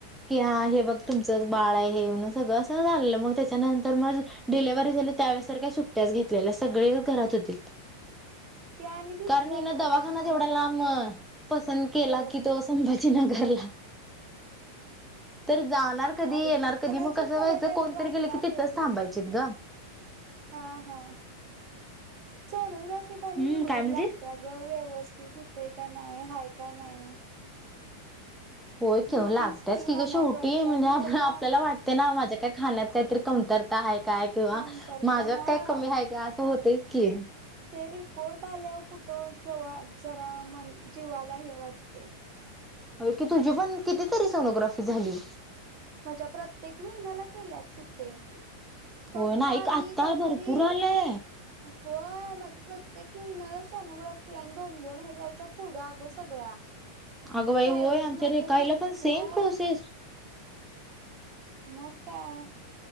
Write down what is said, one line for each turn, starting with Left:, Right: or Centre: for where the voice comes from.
Centre: की हा हे बघ तुमचं बाळ आहे हे म्हण सगळं असं झालेलं मग त्याच्यानंतर मग डिलेव्हरी झाली त्यावेळेस तर काय सुट्ट्याच घेतलेल्या सगळेजण घरात होतीत
Right: ते आणि भीती
Centre: कारण
Right: वाटते
Centre: हिन दवाखानाच
Right: बाई सोनोग्राफी
Centre: एवढा लांब पसंद केला
Right: व्यवस्थित
Centre: कि तो संभाजीनगरला तर जाणार कधी
Right: असू
Centre: येणार
Right: दे त्यांना
Centre: कधी मग कसं
Right: जे कम्फर्टेबल
Centre: व्हायचं कोणतरी
Right: वाटणार
Centre: गेलं की तिथंच
Right: ते
Centre: थांबायचीत ग
Right: हा हा सोनोग्राफीत आणि
Centre: हम्म
Right: हुरहूर
Centre: काय म्हणली?
Right: लागत्यात बघ व्यवस्थित होतय काय नाही हाय का नाही
Centre: होय जव
Right: भीतीच
Centre: लागतयच की
Right: मनात
Centre: गं शेवटी
Right: वाटते
Centre: म्हणजे
Right: आणि
Centre: आपण
Right: जेव्हा
Centre: आपल्याला वाटते ना माझ्या काय खाण्यात काहीतरी कमतरता आहे काय किंवा
Right: कमतरता
Centre: माझ्यात
Right: हा
Centre: काय कमी आहे का असं होतच की
Right: ते रिपोर्ट आल्यावर कुठं जवळ जरा म जीवाला हे वाटतय
Centre: होय की तुझी पण कितीतरी सोनोग्राफी झाली
Right: माझ्या प्रत्येक महिन्याला केल्यात तूपे
Centre: होय
Right: फक्ता
Centre: ना एक
Right: आम्ही
Centre: आत्ता
Right: कायतरी
Centre: भरपूर आलंय.
Right: होय माझी प्रत्येक महिन्याला सोनोग्राफी आणि दोन दोन हजारच्या पुढं अगो सगळ्या
Centre: अगं बाई
Right: प्रायवट
Centre: होय आमच्या
Right: मध्ये
Centre: रेखाईला पण सेम
Right: होय
Centre: प्रोसेस
Right: मग काय